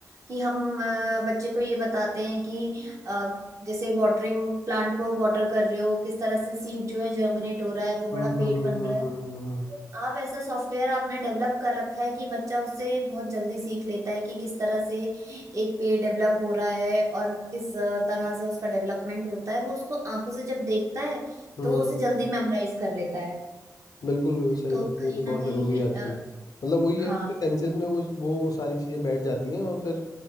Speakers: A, on the right; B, on the left.
A: कि हम अ, बच्चे को ये बताते हैं कि अ, जैसे वाटरिंग प्लांट को वाटर कर रहे हो किस तरह से सीड जो है जर्मिनेट हो रहा है वो
B: हम्म
A: बड़ा
B: हम्म
A: पेड़
B: हम्म,
A: बन
B: हम्म,
A: रहा है
B: हम्म, हम्म,
A: आप ऐसा सॉफ्टवेयर आपने डेवलप कर रखा है कि बच्चा उससे बहुत जल्दी सीख लेता है कि किस तरह से एक पेड़ डेवलप हो रहा है और किस अ, तरह से उसका डेवलपमेंट होता है वो उसको आंखों से जब देखता है
B: हम्म।
A: तो वो उसे जल्दी मेमोराइज कर लेता है
B: बिल्कुल बिल्कुल सही
A: तो
B: बात
A: कहीं
B: है ये तो बहुत
A: ना
B: ज़रूरी
A: कहीं
B: है आजकल
A: अ,
B: मतलब वही
A: हाँ
B: है उसके सेंसेस में वो वो सारी चीज़ें बैठ जाती हैं और फिर